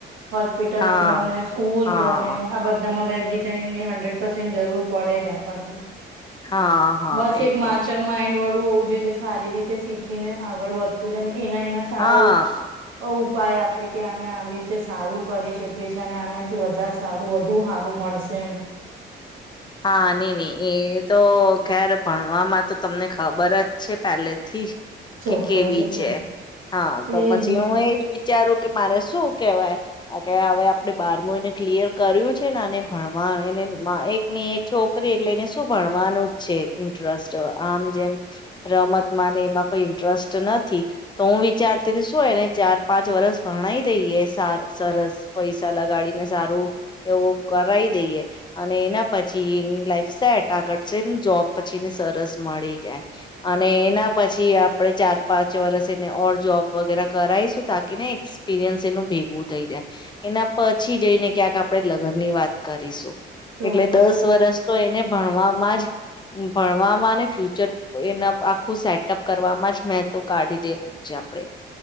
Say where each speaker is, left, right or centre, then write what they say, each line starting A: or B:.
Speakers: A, on the right; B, on the left.
A: હોસ્પિટલસ
B: હા
A: બને, સ્કૂલ
B: હા
A: બને આ બધામાં વેબ ડિઝાઇન હંડ્રેડ પસેન્ટ જરૂર પડે જ આપણને
B: હા હા
A: બસ
B: એ
A: એક
B: તો
A: માસ્ટર
B: છે
A: માઇન્ડ વાળું હોવું જે જે સારી રીતે શીખીને આગળ વધ તું જાને એના, એના સારા
B: હા
A: <unintelligible> ઉપાય આપે કે આને આવી જે સારું કરી શકે <unintelligible> આનાથી વધારે સારું વધુ સારું મળશે એમ
B: હા, નઈ નઈ એ તો ખેર ભણવામાં તો તમને ખબર જ છે પહેલેથી જ
A: ચોક્કસ
B: કે કેવી
A: એ તો
B: છે હા તો
A: એજ
B: પછી
A: ને
B: હું એજ વિચારું કે મારે શું કેહેવાય કે હવે આપડે બારમું એને ક્લિયર કર્યું છે ને અને ભણવા એને એક ની એક છોકરી એટલે એને શું ભણવાનું જ છે ઇન્ટરસ્ટ આમ જેમ રમતમાંને એમાં કોઈ ઇન્ટરસ્ટ નથી તો હું વિચારતી શું એને ચાર પાંચ વરષ ભણાઈ દઈએ સરસ પૈસા લગાડીને સારું એવું કરાઈ દઈએ અને એના પછી એની લાઈફ સટ આગળ છે ને જોબ પછી એને સરસ મળી જાય. અને એના પછી આપણેે ચાર પાંચ વર્ષ એને ઓર જોબ વગેરે કરાઈશું તાકી ને એક્સપિરિયન્સ એનું ભેગું થઈ જાય. એના પછી જઈને ક્યાંક આપણે લગ્ન ની વાત કરીશું.
A: ચોક્કસ
B: એટલે દસ
A: હા
B: વર્ષ તો એને ભણવામાં જ ભણવામાં અને ફ્યુચર એના આખું સેટઅપ કરવાવામાં જ મે તો કાઢી દેવુ છે આપણેે